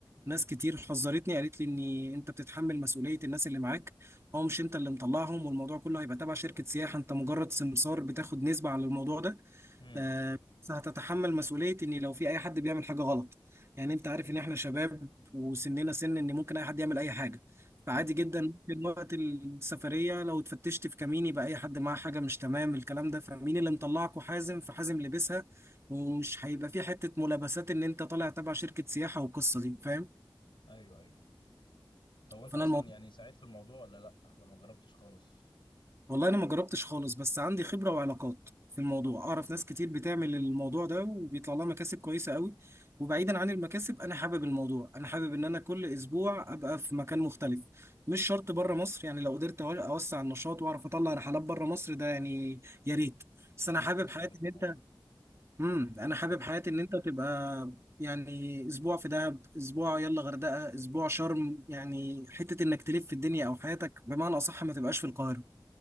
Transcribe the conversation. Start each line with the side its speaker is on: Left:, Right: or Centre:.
Right: ناس كتير حذرتني قالت لي ان انت بتتحمل مسؤولية الناس اللي معاك اه مش انت اللي مطلعهم والموضوع كله هيبقى تبع شركة سياحة انت مجرد سمسار بتاخد نسبة على الموضوع ده
Left: امم
Right: آه بس هتتحمل مسؤولية ان لو في اي حد بيعمل حاجة غلط يعني انت عارف ان احنا شباب وسننا سن ان ممكن اي حد يعمل اي حاجة فعادي
Left: ايوه فاهمك
Right: جدا ممكن وقت السفرية لو اتفتشت في كمين يبقى اي حد معاه حاجة مش تمام الكلام ده فمين اللي مطلعكوا حازم فحازم لبسها ومش هيبقى في حتة ملابسات ان انت طالع تبع شركة سياحة والقصة دي فاهم
Left: ايوه ايوه طب وانت
Right: فانا
Left: اصلا
Right: الموضوع
Left: يعني ساعدت في الموضوع ولا لا ولا ما جربتش خالص
Right: والله انا ما جربتش خالص بس عندي خبره وعلاقات في الموضوع اعرف ناس كتير بتعمل الموضوع ده وبيطلع لها مكاسب كويسه قوي وبعيدا عن المكاسب انا حابب الموضوع انا حابب ان انا كل اسبوع ابقى في مكان مختلف مش شرط بره مصر يعني لو قدرت أو- اوسع النشاط واعرف اطلع رحلات بره مصر ده يعني يا ريت بس
Left: كنت
Right: انا
Left: لسه
Right: حابب
Left: اسالك
Right: حياتي ان
Left: في الحوار
Right: انت
Left: ده
Right: امم انا حابب
Left: كنت
Right: حياتي ان انت تبقى يعني اسبوع في دهب اسبوع يلا غردقه اسبوع شرم يعني حته انك تلف في الدنيا او حياتك بمعنى اصح ما تبقاش في القاهره